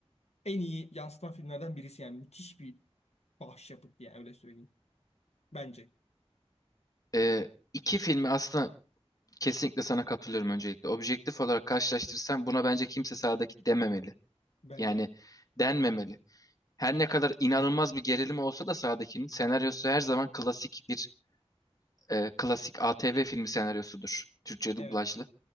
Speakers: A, on the left; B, on the left.
A: en iyi yansıtan filmlerden birisi. Yani müthiş bir başyapıt yani öyle söyleyeyim. Bence.
B: Ee, iki filmi aslında kesinlikle sana katılıyorum öncelikle. Objektif olarak karşılaştırsam buna bence kimse sağdaki dememeli.
A: Bence
B: Yani
A: de.
B: denmemeli. Her ne kadar inanılmaz bir gerilim olsa da sahadakinin senaryosu her zaman klasik bir e, klasik ATV filmi senaryosudur. Türkçe
A: Evet.
B: dublajlı.